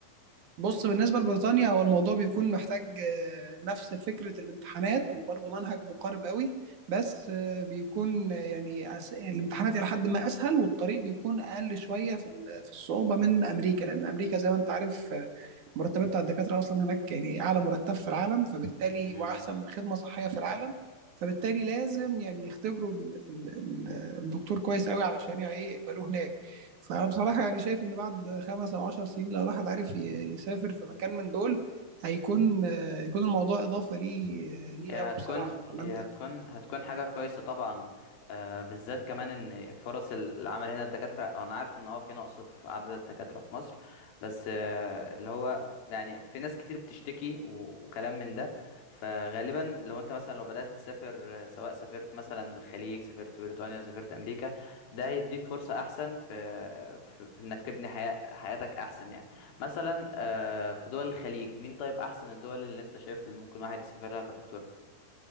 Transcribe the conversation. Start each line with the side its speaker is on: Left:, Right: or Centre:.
Right: بص بالنسبة لبريطانيا هو الموضوع بيكون محتاج آه، نفس فكرة الامتحانات وبرضه منهج مقارب قوي بس آه، بيكون آه، يعني أس- الامتحانات إلى حد ما أسهل والطريق بيكون أقل شوية في ال- في الصعوبة من أمريكا لأن أمريكا زي ما أنت عارف آه، المرتبات بتاع الدكاترة أصلا هناك يعني أعلى مرتب في العالم فبالتالي
Left: امم
Right: وأحسن خدمة صحية في العالم فبالتالي لازم يعني يختبروا ال- ال- ال- الدكتور كويس قوي علشان يعني إيه يقبلوه هناك فانا بصراحه يعني شايف ان بعد خمس او عشر سنين لو الواحد عارف ي- يسافر في مكان من دول هيكون آه، يكون الموضوع اضافه ليه ليه
Left: هي
Right: قوي
Left: هتكون
Right: بصراحه ولا
Left: هي
Right: انت
Left: هتكون هتكون حاجة كويسة طبعا آه بالذات كمان ان فرص العمل هنا الدكاترة انا عارف ان اه في نقص في عدد الدكاترة في مصر بس آه اللي هو يعني في ناس كتير بتشتكي و- وكلام من ده فغالبا لو انت مثلا لو بدأت تسافر آه، سواء سافرت مثلا الخليج سافرت بريطانيا سافرت امريكا ده هيديك فرصة احسن في, في في انك تبني حياة حياتك احسن يعني مثلا آه في دول الخليج مين طيب احسن الدول اللي انت شايف اللي ممكن واحد يسافر لها كدكتور